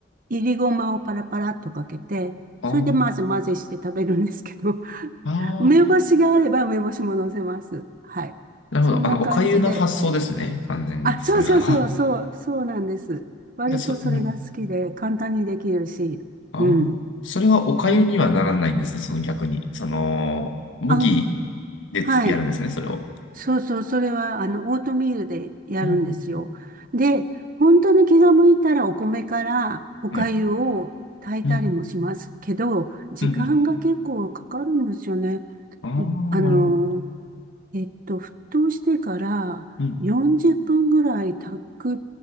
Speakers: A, on the right (about 45°); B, on the left (about 75°).
A: いりごまをパラパラっとかけて、
B: あ
A: それでまず混ぜして食べるんですけど、<laughs>
B: あああ
A: 梅干しがあれば梅干しも乗せます。はい。
B: なるほど。
A: そんな感じで。
B: あの、おかゆの発想ですね。完全に。
A: あ、そうそうそう、
B: それは。
A: そう、そうなんです。
B: <laughs>
A: 割とそれが好きで、
B: で、そ、うん。
A: 簡単にできるし、
B: ああ、
A: うん。
B: それはお粥にはならないんですね、
A: うん、
B: その逆に。その、麦
A: あ、
B: でつやるんですね、
A: はい。
B: それを。
A: そうそう、それは、あの、オートミールでやるんですよ。
B: うん、
A: で、本当に気が向いたらお米からお粥を炊いたりもしますけど、
B: はい。うん、
A: 時間が結構かかるんですよね。
B: うん、うん。ああ、
A: おあの、
B: なるほど。
A: えっと、沸騰してから40分ぐらい炊くっ
B: うん、